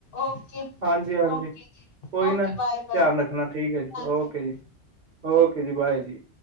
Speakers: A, on the left; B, on the right.
A: ਓਕੇ-
B: ਹਾਂਜੀ ਹਾਂਜੀ
A: ਓਕੇ ਜੀ।
B: ਕੋਈ
A: ਓਕੇ
B: ਨਾ ਧਿਆਨ
A: ਬਾਏ ਬਾਏ
B: ਰੱਖਣਾ ਠੀਕ ਹੈ ਜੀ,
A: ਹਾਂਜੀ
B: ਓਕੇ ਜੀ- ਓਕੇ ਜੀ ਬਾਏ ਜੀ।